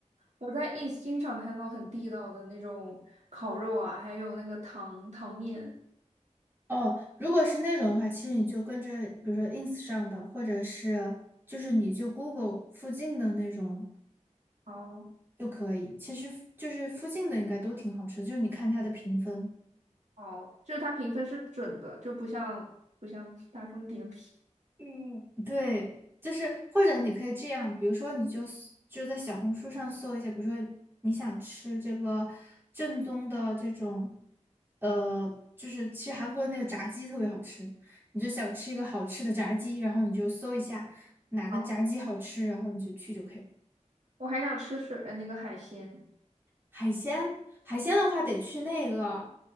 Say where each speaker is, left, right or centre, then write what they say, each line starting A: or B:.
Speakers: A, on the right; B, on the right.
A: 我在 ins 经常看到很地道的那种烤肉啊，还有那个糖糖面。
B: 哦，如果是那种的话，其实你就跟着，比如说 ins 上的，或者是就是你就 Google 附近的那种
A: 哦
B: 就可以。其实就是附近的应该都挺好吃的就是你看它的评分。
A: 哦，就是它评分是准的，就不像不像大众点评。
B: 嗯，对，就是或者你可以这样，比如说你就 s- 就在小红书上搜一下，比如说你想吃这个正宗的这种，呃，就是其实韩国的那个炸鸡特别好吃，你就想吃一个好吃的炸鸡，然后你就搜一下哪个炸鸡好吃，
A: 哦。
B: 然后你就去就可以了。
A: 我还想吃水，呃，那个海鲜。
B: 海鲜，海鲜的话得去那个